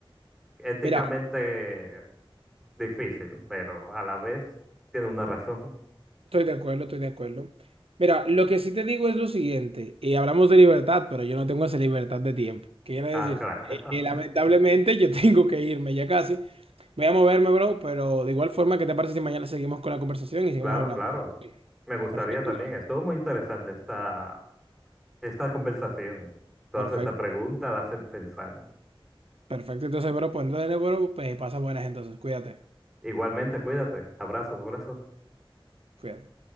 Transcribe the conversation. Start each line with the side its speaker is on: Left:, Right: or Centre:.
Centre: éticamente
Right: Mira,
Centre: difícil, pero a la vez tiene una razón.
Right: estoy de acuerdo, estoy de acuerdo. Mira, lo que sí te digo es lo siguiente, y hablamos de libertad, pero yo no tengo esa libertad de tiempo. ¿Qué quiere
Centre: Ah,
Right: decir?
Centre: claro,
Right: Eh, eh, lamentablemente yo <laughs> tengo que irme ya casi. Voy a moverme, bro, pero de igual forma, ¿qué te parece si mañana seguimos con la conversación
Centre: <laughs>
Right: y seguimos
Centre: claro,
Right: hablando?
Centre: claro. Me gustaría
Right: Perfecto,
Centre: también, estuvo muy interesante esta Esta conversación, todas
Right: perfecto,
Centre: estas preguntas las hacen pensar.
Right: perfecto. Entonces, bro, pues entonces, bro, pues pasa buenas entonces, cuídate.
Centre: Igualmente, cuídate. Abrazos, abrazos.
Right: Cuídate.